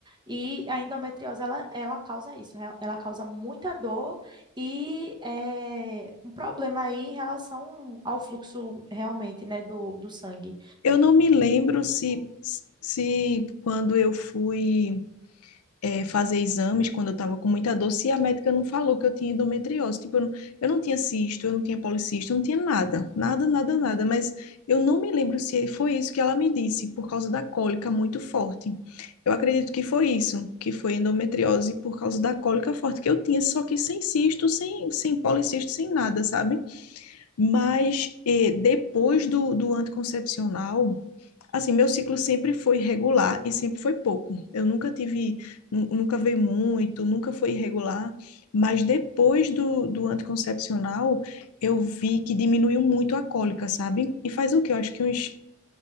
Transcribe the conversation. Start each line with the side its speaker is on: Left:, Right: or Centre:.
Right: E a endometriose, ela, ela causa isso, né? ela causa muita dor e é, um problema aí em relação ao fluxo realmente, né, do, do sangue.
Left: Eu não me lembro se,
Right: O
Left: se quando eu fui. é, fazer exames quando eu estava com muita dor, se a médica não falou que eu tinha endometriose. Tipo, eu não, eu não tinha cisto, eu não tinha policisto, eu não tinha nada, nada, nada, nada. Mas eu não me lembro se foi isso que ela me disse, por causa da cólica muito forte. Eu acredito que foi isso, que foi endometriose por causa da cólica forte que eu tinha, só que sem cisto, sem, sem policisto, sem nada, sabe? Mas eh, depois do, do anticoncepcional, Assim, meu ciclo sempre foi regular e sempre foi pouco. Eu nunca tive, nu- nunca veio muito, nunca foi irregular, mas depois do, do anticoncepcional, eu vi que diminuiu muito a cólica, sabe? E faz o quê? Eu acho que uns